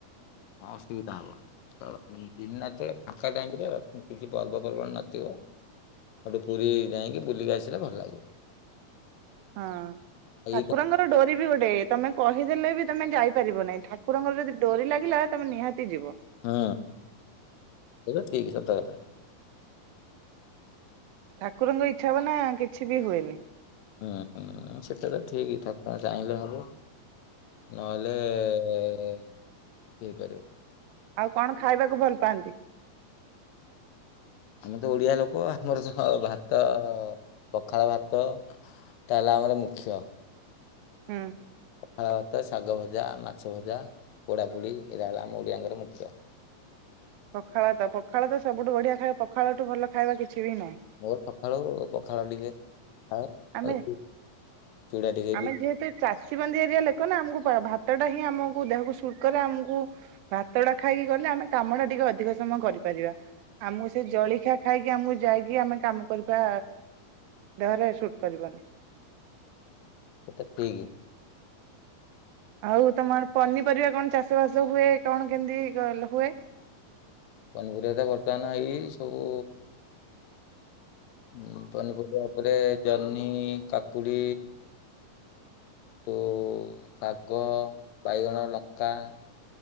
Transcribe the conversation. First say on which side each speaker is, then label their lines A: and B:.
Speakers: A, on the left; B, on the right.
A: ଅସୁବିଧା ହବ। ଦିନ ନତେଳେ ଫାଙ୍କା ଟାଇମରେ କିଛି ପର୍ବପର୍ବାଣି ନଥିବ ସେଠୁ ପୁରୀ ଯାଇକି ବୁଲିକି ଆସିଲେ ଭଲ ଲାଗିବ।
B: ହଁ
A: ଏଇ
B: ଠାକୁରଙ୍କର ଡୋରି ଗୋଟେ ତମେ କହିଦେଲେ ବି ତମେ ଯାଇ ପାରିବ ନାହି ଠାରଙ୍କର ଯଦିଡରି ଲାଗେ। ଥିଲା ତମେ ନିହାତି ଯିବ
A: ହୁଁ ଏଟା ଠିକ ସତ କଥା।
B: ଠାକୁରଙ୍କଇ ଛା ମନା କିଛି ବି ହୁଏନି।
A: ହୁଁ ସେଟା ତ ଠିକ ଠାକୁର ଚାହିଁଲେ ହବ ନହେଲେ କିଛି ହେଇପାରିବନି।
B: ଆଉ କଣ ଖାଇବାକୁ ଭଲ ପାଆନ୍ତି।
A: ଆମେ ତ ଓଡ଼ିଆ ଲୋକ ଆମର ଭାତ ପଖାଳ ଭାତ ତା ହେଲା ଆମର ମୁଖ୍ୟ।
B: ହୁଁ।
A: ପଖଳ ଭାତ ଶାଗ ଭଜା ମାଛ ଭଜା ପୋଡାପୋଡି ଏଇଟା ହେଲା ଆମ ଓଡିଆଙ୍କର ମୁଖ୍ୟ।
B: ପଖାଳ ତ ପଖାଳ ତ ସବୁଠୁ ବଢିଆ ଖାଇବା ପଖାଳଠୁ ଭଲ ଖାଇବା କିଛି ବି ନାହିଁ
A: ମୋର ସଖାଳୁ ପଖାଳ ଟିକେ ଖାଏ।
B: ଆମେ
A: ଆଉ ଚୁଡ଼ା ଟିକେ
B: ଆମେ
A: ବି
B: ଯେହେତୁ ଚାଷୀ ବନ୍ଦୀ ଏରିଆ ଲେୋକ ନା ଆମକୁ ଭ ଭାତ ଟା ହିଁ ଆମକୁ ଦେହକୁ ସୁଟ କଲେ ଆମକୁ ଭାତ ଟା ଖାଇକି ଗଲେ ଆମେ କାମ ଟା ଟିକେ ଅଧିକ ସମୟ କରିପାରିବା। ଆମକୁ ସେ ଜଳିଖିଆ ଖାଇକି ଆମକୁ ଯାଇକି ଆମେ କାମ କରିବା ଦେହରେ ସୁଟ କରିବନି।
A: ସେଟା ପିକ୍
B: ଆଉ ତ ମ ପନିପରିବା କଣ ଚାଷ ବାସ ହୁଏ। କଣ କେମିତି ହୁଏ?
A: ପନିପରିବା ତ ବର୍ତ୍ତମାନ ଏଇ ସବୁ ହୁଁ ପନିପରିବା ଉପରେ ଜହ୍ନି କାକୁଡ଼ି ତୁ ଶାଗ ବାଇଗଣ ଲଙ୍କା